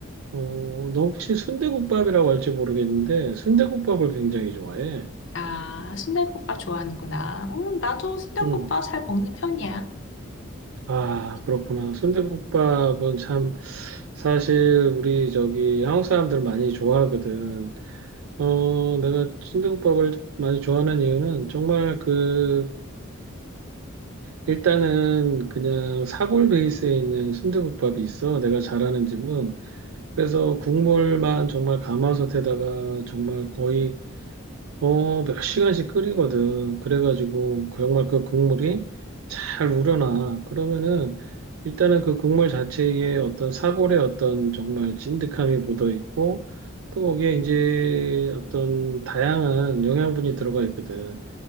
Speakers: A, on the right; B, on the left.
A: 어 너 혹시 순대국밥이라고 할지 모르겠는데 순대국밥을 굉장히 좋아해.
B: 아, 순대국밥 좋아하는구나. 음, 나도 순대국밥
A: 음,
B: 잘 먹는 편이야.
A: 아, 그렇구나. 순대국밥은 참 사실 우리 저기 한국 사람들 많이 좋아하거든. 어, 내가 순대국밥을 많이 좋아하는 이유는 정말 그 일단은 그냥 사골 베이스에 있는 순대국밥이 있어. 내가 잘하는 집은. 그래서 국물만 정말 가마솥에다가 정말 거의 어, 몇 시간씩 끓이거든. 그래가지고, 그 정말 그 국물이 잘 우러나. 그러면은, 일단은 그 국물 자체에 어떤 사골의 어떤 정말 찐득함이 묻어 있고, 또 거기에 이제 어떤 다양한 영양분이 들어가 있거든.